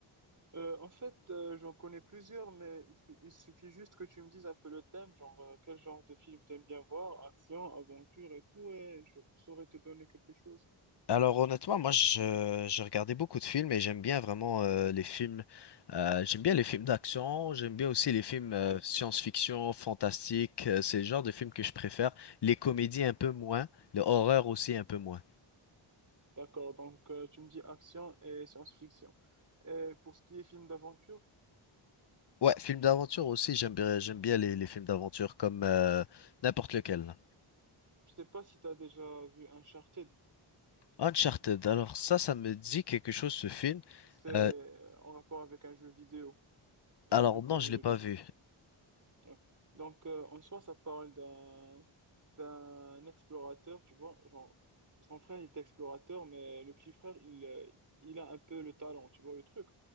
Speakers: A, on the right; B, on the left.
A: Euh, en fait, euh, j'en connais plusieurs, mais il, f- il suffit juste que tu me dises un peu le thème, genre euh, quel genre de film t'aimes bien voir, action, aventure et tout, et je saurais te donner quelque chose.
B: Alors honnêtement, moi je, je regardais beaucoup de films et j'aime bien vraiment euh, les films. euh, j'aime bien les films d'action, j'aime bien aussi les films euh,
A: Ouais,
B: science-fiction, fantastique. euh, c'est le genre de films que je préfère. Les comédies un peu moins, le horreur aussi un peu moins.
A: d'accord. Donc euh, tu me dis action et science-fiction. Et pour ce qui est film d'aventure,
B: Ouais, film d'aventure aussi, j'aime bien, j'aime bien les, les films d'aventure comme euh, n'importe lequel.
A: je sais pas si t'as déjà vu Uncharted.
B: Uncharted, alors ça, ça me dit quelque chose ce film.
A: C'est
B: Euh,
A: euh, en rapport avec un jeu vidéo. Il
B: alors
A: est très connu
B: non, je l'ai
A: le
B: pas
A: jeu vidéo.
B: vu.
A: Ouais. Donc, euh, en soi, ça parle d'un d'un explorateur, tu vois. Genre, son frère, il est explorateur, mais le petit frère, il, euh, il a un peu le talent, tu vois, le truc.